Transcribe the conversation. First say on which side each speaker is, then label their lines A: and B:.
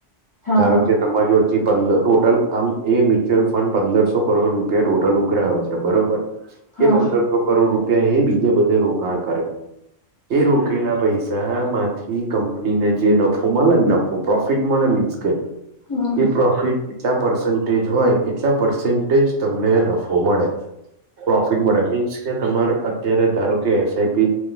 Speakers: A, on the left (about 25°); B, on the right (about 65°).
A: હા
B: ધારો કે તમાર જોડથી પંદર, ટોટલ, આમ એ મ્યુચ્યુઅલ ફંડ પંદરસો કરોડ રૂપિયા ટોટલ ઉઘરાવે છે, બરોબર?
A: હા
B: એ પંદરસો કરોડ રૂપિયા એ બીજે બધે રોકાણ કરે, એ રોકેલા પૈસા આમાંથી કંપની ને જે નફો મલે ને નફો, પ્રોફિટ મળે, મિંસ કે
A: હમ
B: એ પ્રોફિટ જેટલા પર્સન્ટેજ હોય, એટલા પર્સન્ટેજ તમને નફો મળે પ્રોફિટ મળે, મીન્સ કે તમારે અત્યારે ધારો કે એસઆઈપી